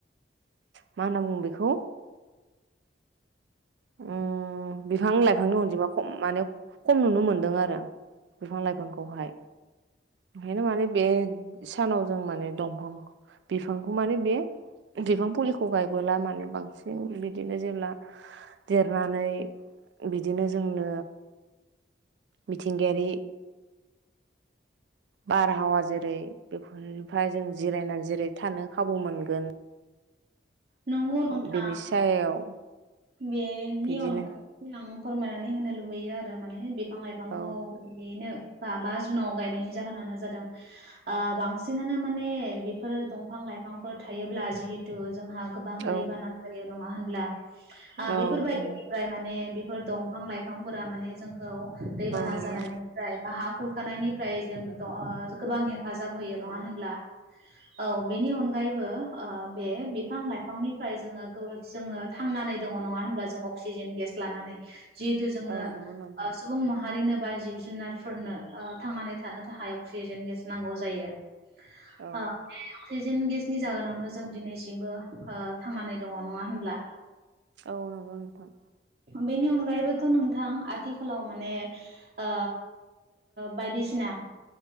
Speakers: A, on the right; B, on the right.
A: मा होनना बुङो बेखौ उम बिफां लाइफांनि अनजिमाखो खम माने खम नुनो मोनदों आरो । बिफां लाइफांखौहाय ओंखायनो माने बे सानाव जों माने दमफां बिफां बेखौ माने बे बिफां फुलिखौ गायबोला माने बांसिन बिदिनो जेब्ला देरनानै बिदिनो जोंनो मिथिंगायारि बारहावा जेरै बेफोरनिफ्राय जों जिरायनानै जिराय थानो खाबु मोनगोन
B: नंगौ नोंथां
A: बिनि सायाव
B: बेनि
A: बिदिनो
B: अनगायै आं फोरमायनानै होनो लुबैयो आरो माने बिफां लाइफांखौ
A: औ
B: गयैनो बा बा जुनाव गायनायनि जाहोनानो जादों ओ बांसिनानो माने बेफोरो दंफां लाइफांफोर थायोब्ला जिहेतु जोंहा गोबां दैबाना
A: औ
B: जायो नङा होनब्ला? आ
A: औ
B: बेफोरबायदिनिफ्राय माने <unintelligible> दंफां लाइफां फोरा माने जोंखौ दैबाना
A: नंगौ
B: जानायनिफ्राय बा हा खुरखानायनिफ्राय जों द जों गोबां हे हेफाजाब होयो नङा
A: औ
B: होनब्ला औ बेनि अनगायैबो ओ बे बिफां लाइफां बिफांनिफ्राय जोङो <unintelligible> जोङो थांनानै दङ नङा होनब्ला जों अक्सिजेन गेस लानानै जिहेतु जोंनो
A: औ नंगौ नोंथां
B: ओ सुबुं माहारिनो बा जिब जुनारफोरनो ओ थांनानै थानो थाखाय अक्सिजेन गेस नांगौ जायो
A: औ औ
B: ओ बे अक्सिजेन सिजेन गेसनि जाहोनावनो जों दिनैसिमबो ओ थांनानै दङ नङा होनब्ला?
A: औ नंगौ नोंथां
B: बेनि अनगायैबोथ' नोंथां आथिखालाव माने ओ बायदिसिना